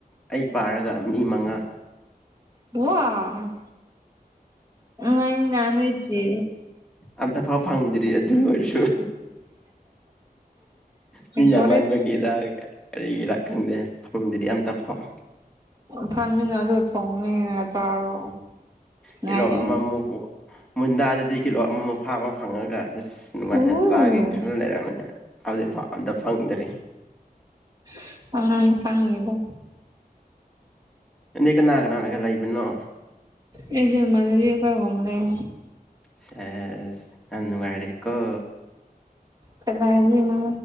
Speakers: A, in the centre; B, on the right (about 25°).
A: ꯑꯩ ꯄꯥꯔꯒ ꯃꯤ ꯃꯉꯥ
B: ꯋꯥ <unintelligible> ꯅꯣꯢ ꯆꯦ
A: ꯑꯝꯇ ꯐꯥꯎ ꯐꯪꯗ꯭ꯔꯤ ꯑꯗꯨ ꯑꯣꯏꯔꯁꯨ ꯃꯤ ꯌꯥꯝꯃꯟꯕꯒꯤꯔ
B: ꯒꯣꯔꯦꯠ
A: ꯀꯔꯤꯒꯤꯔꯥ ꯈꯪꯗꯦ ꯐꯪꯗꯔꯤ ꯑꯝꯇ ꯐꯥꯎ
B: ꯐꯡꯅꯤ ꯉꯥꯗꯨ ꯊꯣꯡꯅꯤꯡꯉ ꯆꯥꯔꯣ ꯉꯥꯏ
A: ꯀꯤꯂꯣ ꯑꯃꯃꯨꯛ ꯃꯨꯟꯗꯥꯗꯗꯤ ꯀꯤꯂꯣ ꯑꯃꯃꯨꯛ ꯐꯥꯕ ꯐꯪꯉꯒ ꯑꯁ ꯅꯨꯡꯉꯥꯏꯅ
B: ꯎ
A: ꯆꯥꯒꯦ ꯈꯟꯅ ꯂꯩꯔꯝꯕꯅꯤ ꯍꯧꯖꯤꯛꯐꯥꯎ ꯑꯝꯇ ꯐꯪꯗ꯭ꯔꯤ
B: <unintelligible> ꯐꯪꯅꯤꯗ
A: ꯅꯪꯗꯤ ꯀꯅꯥ ꯀꯅꯥꯅ ꯀꯥ ꯂꯩꯕꯅꯣ
B: ꯑꯩꯁꯨ ꯏꯃꯅꯕꯤ ꯑꯩꯈꯣꯢ ꯍꯨꯝ ꯂꯩ
A: ꯁꯦꯁ ꯌꯥꯝ ꯅꯨꯡꯉꯥꯏꯔꯦꯀꯣ
B: ꯀꯗꯥꯢꯗꯩꯅꯣ